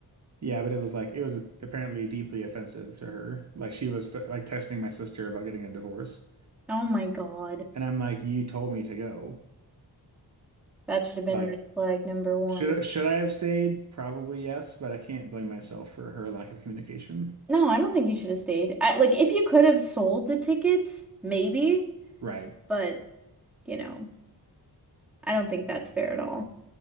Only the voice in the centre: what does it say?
Oh my God.
That should have been
red flag number one.
No, I don't think you should have stayed. I, like, if you could have sold the tickets, maybe,
but you know, I don't think that's fair at all.